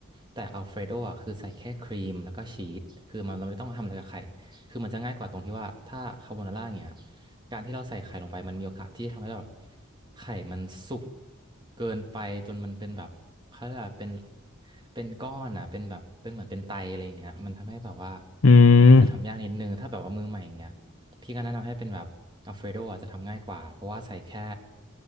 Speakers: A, on the right; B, on the left.
A: แต่อัลเฟรโดอ่ะคือใส่แค่ครีมแล้วก็ชีสคือมันเราไม่ต้องทำอะไรกับไข่คือมันจะง่ายกว่าตรงที่ว่าถ้าคาโบนาร่าเนี้ยการที่เราใส่ไข่ลงไปมันมีโอกาสที่จะทำให้แบบไข่มันสุกเกินไปจนมันเป็นแบบเขาเรียกว่าเป็นเป็นก้อนอ่ะเป็นแบบเป็นเหมือนเป็นไตอะไรอย่างเงี้ยมันทำให้แบบว่า
B: อืม
A: อาจจะทำยากนิดนึงถ้าแบบว่ามือใหม่อย่างเงี้ย พี่ก็แนะนำให้เป็นแบบอัลเฟรโดอาจจะทำง่ายกว่า เพราะว่าใส่แค่